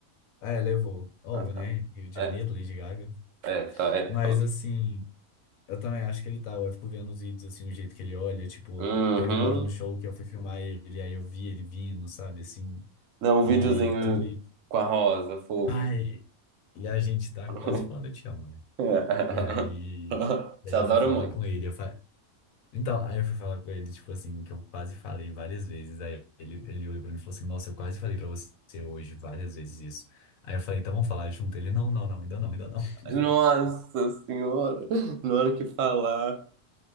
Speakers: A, on the left; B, on the right.
A: É, levou. Óbvio,
B: Ah, tá.
A: né? Rio de Janeiro,
B: É,
A: Lady Gaga.
B: é, tá, é.
A: Mas,
B: Tá.
A: assim... Eu também acho que ele tava. Eu fico vendo os vídeos, assim, o jeito que ele olha. Tipo,
B: Uhum.
A: teve uma hora no show que eu fui filmar ele, aí eu vi ele vindo, sabe, assim,
B: Não, o
A: e
B: videozinho
A: tudo isso.
B: com a rosa, fofo.
A: Ai, e a gente tá
B: <laughs>
A: quase falando eu te amo, né? E aí,
B: <laughs>
A: daí
B: Te adoro
A: eu fui falar
B: muito.
A: com ele. Eu fa... Então, aí eu fui falar com ele, tipo assim, que eu quase falei várias vezes. Aí ele, ele olhou pra mim e falou assim: Nossa, eu quase falei pra você hoje várias vezes isso. Aí eu falei: Então vamos falar junto. Ele: Não, não, não, ainda não, ainda não. <laughs>
B: Nossa Senhora, na hora que falar.